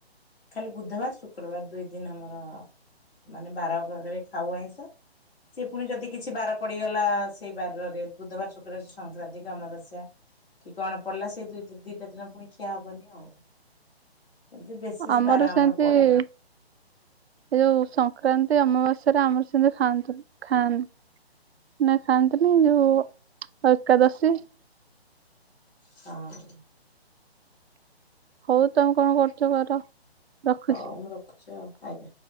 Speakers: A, on the left; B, on the right.
A: ଖାଲି ବୁଧବାର ଶୁକ୍ରବାର ଦୁଇ ଦିନ ଆମର ମାନେ ବାର ବରେ ଖାଉ ଆଇଁଷ ସେ ପୁଣି ଯଦି କିଛି ବାର ପଡିଗଲା ସେଇ ବାରରେ ବୁଧବାର ଶୁକ୍ରବାରେ ସଂକ୍ରାନ୍ତି କି ଅମାବାସ୍ୟା କି କଣ ପଡିଲା ସେଇ ଦ ଦିଟା ଦିନ ପୁଣି ଖିଆ ହବନି ଆଉ। ଏମିତି ବିଶେଷ
B: ଆମର
A: ବାର
B: ସେମତି
A: ପଡେନି।
B: ଏ ଯୋଉ ସଂକ୍ରାନ୍ତି ଅମାବାସ୍ୟା ସ ଆମର୍ ଖାଆନ୍ତୁ ଖାଆନ୍ତ। ନେ ଖଥାନ୍ତିନି ଯୋଉ ଆଉ ଏକାଦଶୀ
A: ହଁ।
B: ହଉ। ତମେ କଣ କରୁଛ କର ରଖୁଛି।
A: ହଉ ମୁଁ ରଖୁଛି ଆଉ ଆଜ୍ଞା